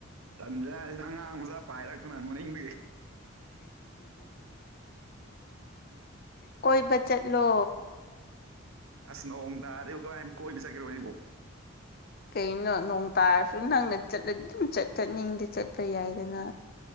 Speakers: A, on the right; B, on the left.
A: ꯇꯟꯖ ꯖꯤꯗ ꯑꯉꯥꯡ ꯃꯆꯥ ꯄꯥꯏꯔꯛꯇꯅ ꯃꯅꯤꯡꯗꯒꯤ
B: ꯀꯣꯏꯕ ꯆꯠꯂꯣ
A: ꯑꯁ ꯅꯣꯡ ꯇꯥꯔ‌ꯦ ꯑꯩꯕꯨ ꯀꯃꯥꯏꯟ ꯀꯣꯏꯕ ꯆꯠꯀ‌ꯦꯔꯣ ꯍꯨꯖꯤꯛꯒ‌ꯣ
B: ꯀꯩꯅꯣ ꯅꯣꯡ ꯇꯥꯔꯁꯨ ꯅꯪꯅ ꯆꯠꯂꯗꯤ ꯑꯗꯨꯝ ꯆꯠ ꯆꯠꯅꯤꯡꯗꯤ ꯆꯠꯄ ꯌꯥꯏꯗꯅ